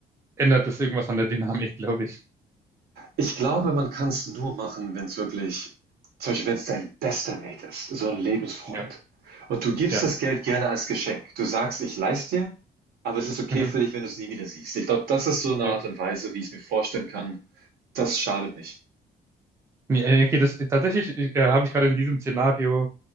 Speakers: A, on the right (about 15°); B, on the right (about 65°).
A: ändert das irgendwas an der Dynamik, <laughs> glaube ich.
B: Ich glaube, man kann es nur machen, wenn es wirklich zum Beispiel, wenn es dein bester Mate ist, so ein Lebensfreund.
A: Ja,
B: Und du gibst
A: ja,
B: das Geld gerne als Geschenk. Du sagst: „Ich leih's dir, aber es ist okay
A: mhm,
B: für dich, wenn du es nie wieder siehst.“ Ich glaube, das ist so eine
A: ja.
B: Art und Weise, wie ich es mir vorstellen kann. Das schadet nicht.
A: Nee, äh, okay, das, tatsächlich ich, äh, habe ich gerade in diesem Szenario